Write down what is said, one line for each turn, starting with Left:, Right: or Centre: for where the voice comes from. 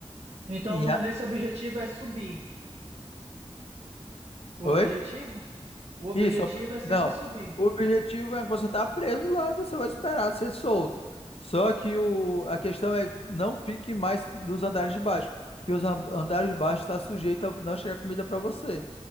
Right: Então,
Left: E
Right: no-
Left: a-
Right: nesse objetivo é subir. O
Left: Oi?
Right: objetivo? O objetivo
Left: Isso. ob-
Right: é sempre
Left: Não.
Right: subir.
Left: O objetivo é que você tá preso lá e você vai esperar ser solto. Só que o... a questão é não fique mais nos andares de baixo, porque os an- andares de baixo está sujeito a não chegar comida para você.